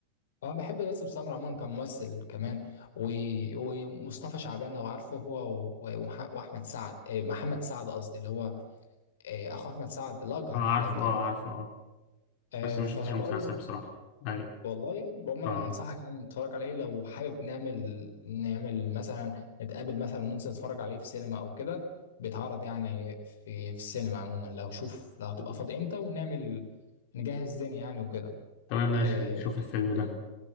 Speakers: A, on the left; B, on the left.
A: اه بحب باسم سمرة عموما كممثل كمان و... ومصطفى شعبان لو عارفه هو و... ومح... واحمد سعد آه، محمد سعد قصدي اللي هو آه، اخو احمد سعد الاجهر
B: اه عارفه
A: لو تعرفه
B: اه عارفه اه
A: آه،
B: بس ما
A: فبقول
B: شفتش المسلسل
A: لك
B: بصراحة ايوه
A: والله عموما
B: اه
A: انا انصحك يعني تتفرج عليه لو حابب نعمل نعمل مثلا نتقابل مثلا وننزل نتفرج عليه في سينما او كده بيتعرض يعني في في السينما عموما لو شوف لو هتبقى فاضي امتى ونعمل نجهز الدنيا يعني وكده
B: تمام ماشي
A: آه
B: نشوف الفيلم ده